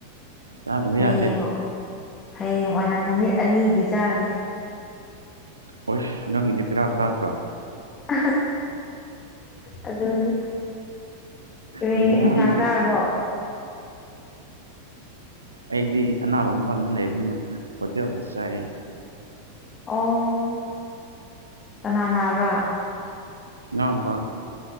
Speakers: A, on the right; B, on the left.
A: ꯆꯥꯗꯕ ꯌꯥꯗꯦ
B: ꯍꯌꯦꯡ ꯍꯌꯦꯡ ꯑꯣꯏꯅ ꯅꯨꯃꯤꯠ ꯑꯅꯤꯒꯤ ꯆꯥꯔꯅꯤ
A: ꯍꯣꯏꯁ ꯅꯪꯒꯤꯗꯤ ꯕꯦꯔꯥ ꯀꯥꯗ꯭ꯔꯣ
B: <unintelligible> ꯑꯗꯨꯅꯤ ꯀꯔꯤ
A: ꯅꯨꯃꯤꯠ ꯅꯤꯅꯤꯒꯤ
B: ꯏꯟꯁꯥꯡ ꯆꯥꯔꯕꯣ
A: ꯑꯩꯗꯤ ꯑꯅꯥꯕ ꯃꯐꯝꯗ ꯂꯩꯕꯅꯤꯅ ꯍꯣꯇꯦꯜꯗ ꯆꯥꯏ
B: ꯑꯣ ꯀꯅꯥ ꯅꯥꯕ꯭ꯔꯥ
A: ꯏꯅꯥꯎꯄꯥ